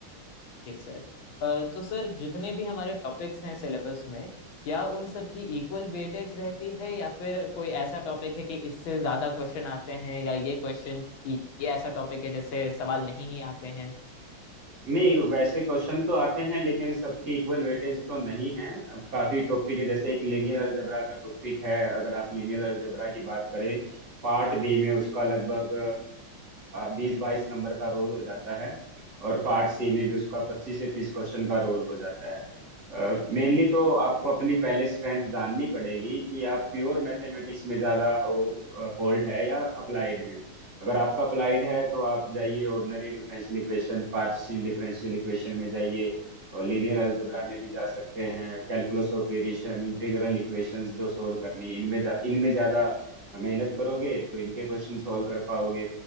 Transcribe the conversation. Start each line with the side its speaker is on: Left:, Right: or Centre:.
Left: जी सर अ, तो सर जितने भी हमारे टॉपिक्स हैं सिलेबस में क्या उन सब की इक्वल वेटेज रहती है या फिर कोई ऐसा टॉपिक है कि इससे ज्यादा क्वेश्चन आते हैं या ये क्वेश्चन ये ऐसा टॉपिक है जैसे सवाल नहीं ही आते हैं
Right: नहीं वैसे क्वेश्चन तो आते हैं लेकिन सबकी इक्वल वेटेज तो नहीं है अब काफी टॉपिक है जैसे एक लीनियर अलजेब्रा का टॉपिक है अगर आप लीनियर अलजेब्रा की बात करें पार्ट बी में उसका
Left: देखिए
Right: लगभग बीस बाईस नंबर का रोल हो जाता है और पार्ट सी में भी उसका पच्चीस से तीस क्वेश्चन का रोल हो जाता है मेनली तो आपको अपनी पहले स्ट्रेंथ जाननी पड़ेगी कि आप प्योर मैथमेटिक्स में ज्यादा हो होल्ड है या अप्लाइड में अगर आपका अप्लाइड है तो आप जाइए ordinary differential equation partial differential equation में जाइए और लीनियर अलजेब्रा में भी जा सकते हैं calculus of variation integral equations जो सोल्व करनी है इनमें जा इनमें ज़्यादा मेहनत करोगे तो इनके क्वेश्चन सोल्व कर पाओगे